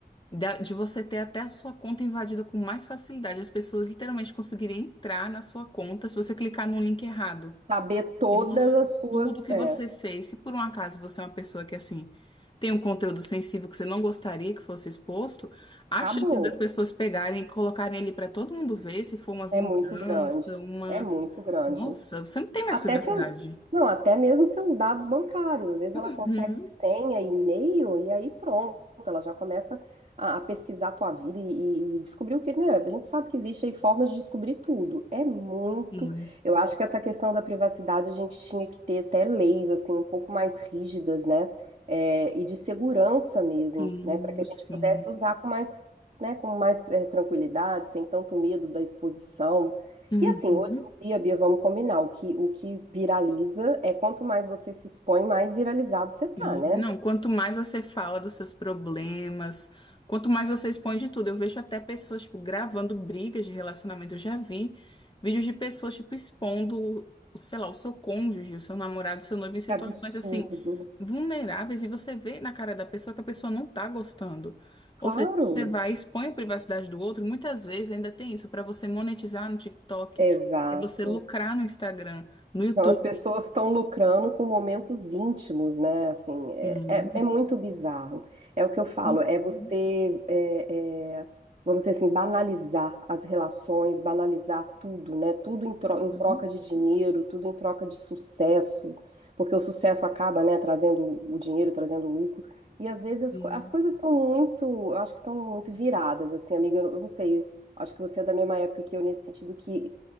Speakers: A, on the left; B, on the right.
A: da- de você ter até a sua conta invadida com mais facilidade. As pessoas literalmente conseguiriam entrar na sua conta se você clicar num link errado.
B: Saber todas
A: E você,
B: as suas,
A: tudo que
B: é,
A: você fez, se por um acaso você é uma pessoa que assim tem um conteúdo sensível que você não gostaria que fosse exposto, as
B: acabou.
A: chances das pessoas pegarem e colocarem ele para todo mundo ver se for uma vingança,
B: É muito grande.
A: uma.
B: É muito grande.
A: Nossa, você não tem mais
B: Até
A: privacidade.
B: seu, não, até mesmo seus dados bancários. Às vezes
A: Uhum.
B: ela consegue senha, e-mail, e aí pronto, ela já começa a, a pesquisar a tua vida e, e descobrir o que, né? A gente sabe que existe aí formas de descobrir tudo. É muito.
A: Sim,
B: Eu acho que essa questão da privacidade a gente tinha que ter até leis assim um pouco mais rígidas, né? É, e de segurança mesmo,
A: sim,
B: né? Para que a gente
A: sim.
B: pudesse usar com mais, né? Com mais eh, tranquilidade, sem tanto medo da exposição.
A: Uhum.
B: E assim, Bia, Bia, vamos combinar. O que, o que viraliza é quanto mais você se expõe, mais viralizado você tá,
A: E,
B: né?
A: Não, quanto mais você fala dos seus problemas, quanto mais você expõe de tudo. Eu vejo até pessoas, tipo, gravando brigas de relacionamento. Eu já vi vídeos de pessoas, tipo, expondo, o- sei lá, o seu cônjuge, o seu namorado, o seu noivo em situações,
B: Que absurdo.
A: assim, vulneráveis. E você vê na cara da pessoa que a pessoa não tá gostando.
B: Claro.
A: Ou seja, você vai e expõe a privacidade do outro. Muitas vezes ainda tem isso, para você monetizar no TikTok,
B: Exato.
A: é você lucrar no Instagram, no YouTube.
B: Então, as pessoas estão lucrando com momentos íntimos, né? Assim,
A: Sim.
B: é, é, é muito bizarro. É o que eu falo,
A: Uhum.
B: é você, é, é, vamos dizer assim, banalizar as relações, banalizar tudo, né? Tudo em, tro- em
A: Uhum.
B: troca de dinheiro, tudo em troca de sucesso, porque o sucesso acaba, né, trazendo o dinheiro, trazendo lucro. E às vezes as,
A: Sim,
B: co- as coisas estão muito, eu acho que estão muito viradas, assim, amiga, eu eu não sei. Acho que você é da mesma época que eu, nesse sentido que